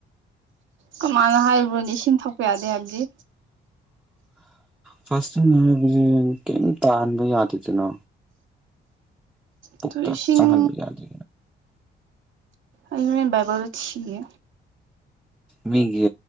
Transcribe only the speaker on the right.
ꯀꯃꯥꯏꯅ ꯍꯥꯏꯕ꯭ꯔꯣꯅꯦ ꯏꯁꯤꯡ ꯊꯛꯄ ꯌꯥꯗꯦ ꯍꯥꯏꯕꯗꯤ
ꯑꯗꯨ ꯏꯁꯤꯡ
ꯑꯩ ꯍꯣꯔꯦꯟ ꯕꯥꯏꯕꯜꯗ ꯊꯤꯒꯦ